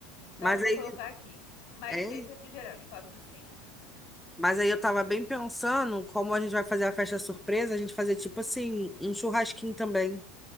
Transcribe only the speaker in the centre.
Mas
aí,
hein?
Mas aí eu tava bem pensando como a gente vai fazer a festa surpresa, a gente fazer tipo assim, um churrasquinho também.